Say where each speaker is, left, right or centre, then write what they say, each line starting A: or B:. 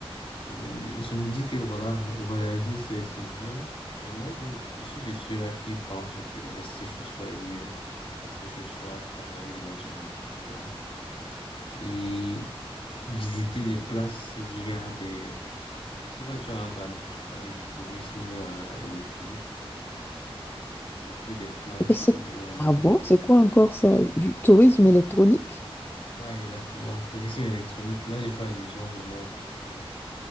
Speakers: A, on the left (about 60°); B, on the left (about 20°).
A: euh, je me dis que voilà, voyager, c'est, c'est bien. Mais moi, j'aime, je suis de ceux-là qui pensent que rester chez soi est mieux. Rester chez soi, travailler devant son ordinateur et visiter des places via des Je ne sais pas si tu en as entendu parler du tourisme euh, électronique, visiter des places.
B: Mais c'est-
A: euh,
B: Ah bon? C'est quoi encore ça? Du tourisme électronique?
A: Ouais, exactement. Tourisme électronique. Là, j'ai fait allusion vraiment au fait que